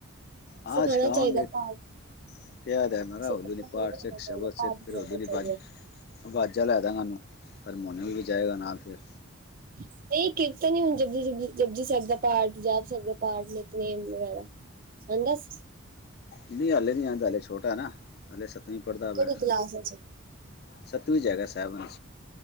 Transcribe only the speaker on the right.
ਸਿਖਾਉਣਾ
ਚਾਹੀਦਾ
ਪਾਠ
ਸਿੱਖਣਾ
ਚਾਹੀਦਾ
ਪਾਠ
ਕਰਨਾ
ਚਾਹੀਦਾ
ਨਹੀਂ ਕਿਰਤਨ ਨੀ ਹੁਣ ਜ ਜਪਜੀ ਸਾਹਿਬ ਦਾ ਪਾਠ, ਜਾਪ ਸਾਹਿਬ ਦਾ ਪਾਠ, ਨੇਿਤਨੇਮ ਵਗੈਰਾ ਅੰਦਾਸ।
ਕਿਹੜੀ ਕਲਾਸ ਵਿੱਚ